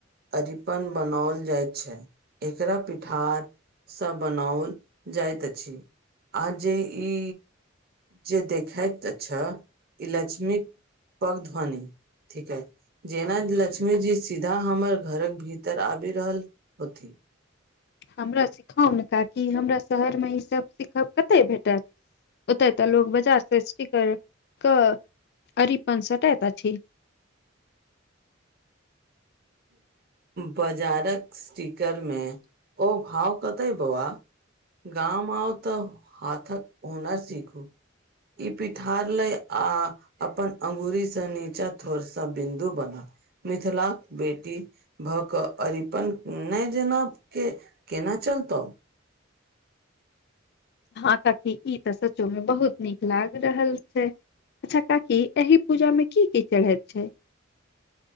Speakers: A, on the right (about 50°); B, on the left (about 55°).
A: अरिपन बनाओल जाय छै एकरा पिठार। सँ बनाओल जाइत अछि आ जे ई। जे देखैत छ ई लक्ष्मी पग ध्वनि ठीक है। जेना लक्ष्मी जी सीधा हमर घरक भीतर आबि रहल होती।
B: हमरा सिखाउ ने काकि हमरा शहरमे ईसभ सीखब कतय भेटत। ओते तऽ लोग बाजार से स्टिकर के अरिपन सटैत अछि।
A: बाजारक स्टीकर मे ओ भाव कते बउआ। गामा आउ तऽ हाथक हूनर सीखू। ई पिठार ले आ। अपन अंगूी से नीचा थोड़ सा बिन्दु बना मिथिला। बेटी भऽ कऽ अरिपन नहि जेना के केना चलतौ।
B: हँ काकी ई तऽ सचो मे बहुत नीक लागि रहल छै। अच्छा काकी एहिह पूजा में की की चढ़ैत छै।